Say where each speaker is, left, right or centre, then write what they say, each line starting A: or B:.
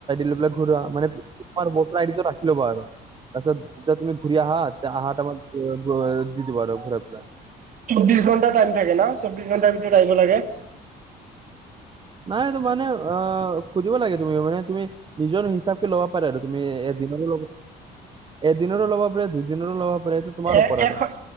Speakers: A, on the right; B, on the right.
A: লৈ পেলাই ঘূৰি মানে এইটো ৰাখি ল'বা আৰু তাৰপিছত, যেতিয়া তুমি ঘূৰি আহা টাইমত দি দিবা আৰু ঘূৰাই পেলাই।
B: চৌববিশ ঘণ্টা টাইম থাকে ন? চৌবিশ ঘণ্টাৰ ভিতৰত আহিব লাগে।
A: নাই মানে অ, সুধিব লাগে তুমি। মানে তুমি নিজৰ হিচাপে ল'বা পাৰে আৰু তুমি ল'ব এদিনৰো ল'ব পাৰে, দুইদিনৰো ল'ব পাৰে। তোমাৰ
B: এ,
A: ওপৰত
B: এস-
A: আৰু।